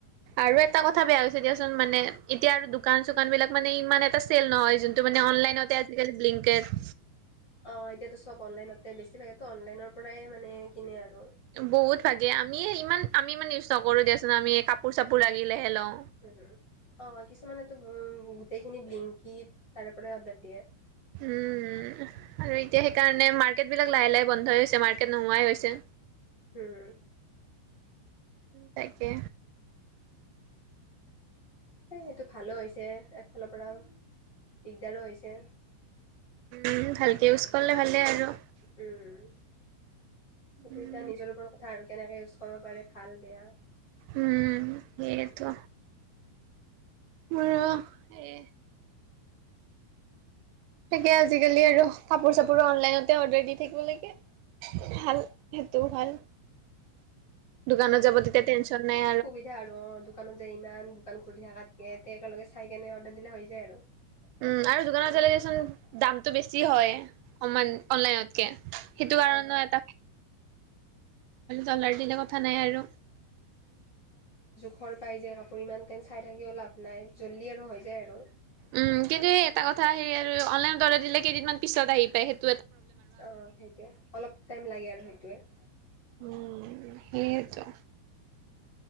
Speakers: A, on the right (about 85°); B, on the left (about 30°).
A: আৰু এটা কথা বেয়া হৈছে দিয়াচোন মানে এতিয়া আৰু দোকান-চোকানবিলাক মানে ইমান এটা চেল নহয় যোন যিটো মানে অনলাইনতে আজিকালি ব্লিংকেড
B: অ এতিয়াতো চব অনলাইনতে বেছি ভাগো অনলাইনৰ পৰাই মানে কিনে আৰু
A: বহুত ভাগে আমি ইমান আমি ইমান ইউজ নকৰো দিয়াচোন আমি কাপোৰ-চাপোৰ লাগিলেহে লওঁ
B: উম-উম অ কিছুমানেতো উম গোটেইখিনি বিলিংকি তাৰে পৰাই অৰ্ডাৰ দিয়ে
A: উম উম আৰু এতিয়া সেইকাৰণে মাৰ্কেটবিলাক লাহে-লাহে বন্ধই হৈছে মাৰ্কেট নোহোৱাই হৈছে
B: উম,
A: তাকে
B: সেইটো ভালো হৈছে একফালৰ পৰা দিগদাৰো হৈছে
A: উম ভালকে ইউজ কৰিলে ভালে আৰু
B: উম কিন্তু
A: উম
B: এতিয়া নিজৰ ওপৰত কথা আৰু কেনেকে ইউজ কৰিব পাৰে ভাল বেয়া।
A: উম সেইটো মোৰো এ তাকে আজিকালি আৰু কাপোৰ-চাপোৰো অনলাইনতে অৰ্ডাৰ দি থাকিব লাগে ভাল সেইটোও ভাল দোকানত যাব তেতিয়া টেনচন নাই
B: সুবিধা আৰু অ দোকানত যাই ইমান দোকান খুলি থকাতকে তে একেলগে চাই কেনে অৰ্ডাৰ দিলে হৈ যায় আৰু
A: <inaudible> উম আৰু দোকানত চালে দেচোন দামটো বেছি হয় সমান অনলাইনতকে <unintelligible> সেইটো
B: অ'।
A: কাৰণেও এটা জলাৰ দিলে কথা নাই আৰু
B: খৰ পাই যে কাপোৰ ইমান টাইম চাই থাকিও লাভ নাই জল্দি আৰু হৈ যায় আৰু
A: উম কিন্তু এটা কথা হেৰি আৰু অনলাইন দৰে দিলে কেইদিনমান পিছত আহি পায় সেই
B: অঁ সেইটোৱেই অলপ টাইম লাগে আৰু সেইটোৱেই
A: উম সেয়ে টো